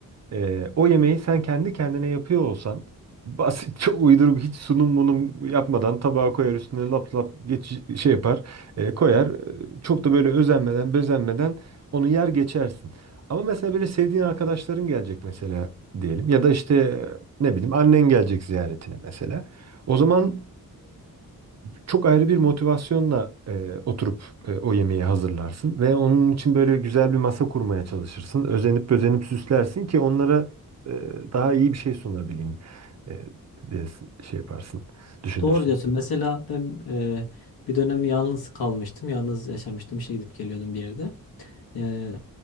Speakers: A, on the right; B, on the left.
A: Ee, o yemeği sen kendi kendine yapıyor olsan basit <laughs> çok uyduruk hiç sunum munum yapmadan tabağa koyar üstüne lap lap geç, şey yapar e, koyar E, çok da böyle özenmeden bezenmeden onu yer geçersin. Ama mesela böyle sevdiğin arkadaşların gelecek mesela diyelim ya da işte e, ne bileyim annen gelecek ziyaretine mesela. O zaman çok ayrı bir motivasyonla e, oturup e, o yemeği hazırlarsın ve onun için böyle güzel bir masa kurmaya çalışırsın. Özenip özenip süslersin ki onlara e, daha iyi bir şey sunabileyim. E, e, şey yaparsın, düşünürsün.
B: Doğru diyorsun. Mesela ben e, bir dönem yalnız kalmıştım. Yalnız yaşamıştım. İşe gidip geliyordum bir yerde. Ee,